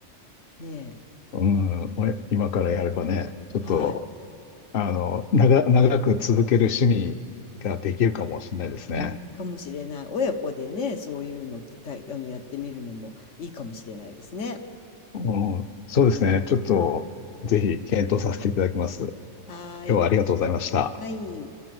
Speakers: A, on the left; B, on the left.
A: ねえ、
B: うん、おえ今からやればね、ちょっと、
A: はい、
B: あの、長、長く続ける趣味ができるかもしれないですね。
A: うん、かもしれない。親子でね、そういうの、たいあの、やってみるのもいいかもしれないですね。
B: うん、そうですね。ちょっと、ぜひ検討させていただきます。
A: はーい、
B: 今日はありがとうございました。
A: はい。